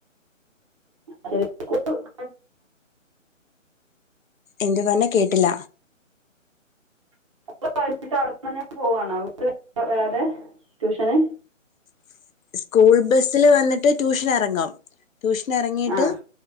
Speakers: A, on the right; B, on the left.
A: <unintelligible>
B: എന്തു പറഞ്ഞെ കേട്ടില്ല?
A: <unintelligible> കഴിഞ്ഞിട്ട് അവടെ തന്നെ പോവാണൊ <unintelligible> വേറെ ട്യൂഷന്
B: <inaudible> സ്കൂൾ ബസില് വന്നിട്ട് ട്യൂഷൻ എറങ്ങും ട്യൂഷനറങ്ങിട്ട്
A: ആഹ്